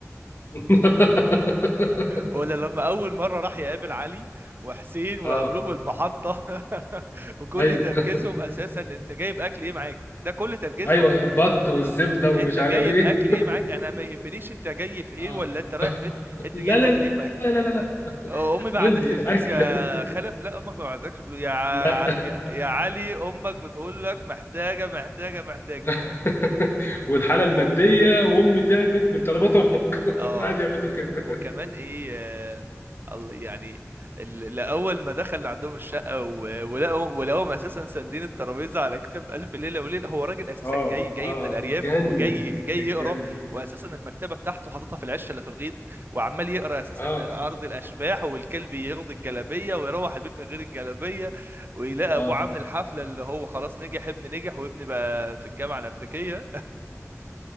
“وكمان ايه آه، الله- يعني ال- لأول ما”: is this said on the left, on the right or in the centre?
Right